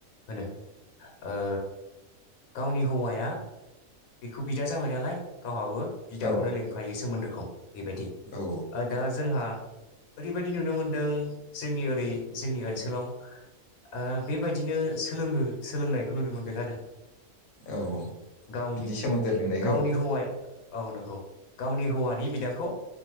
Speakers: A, on the left; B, on the left.
A: होनो ओ गावनि हौवाया बेखौ बिदा जाबाय नालाय गावहाबो बिदाखौनो
B: औ
A: लिंफायो सोमोन्दो खौ बेबायदि
B: औ
A: ओ दा जोंहा ओरै बायदि नुनो मोनदों जोंनि ओरै जोंनि ओनसोलाव ओ बेबायदिनो सोलोंङो सोलोंनायखौ नुनो मोनदों आरो।
B: औ
A: ओ गावनि
B: बिदि सोमोन्दो लिंनायखौ
A: गावनि हौवाया औ नंगौ गावनि हौवानि बिदाखौ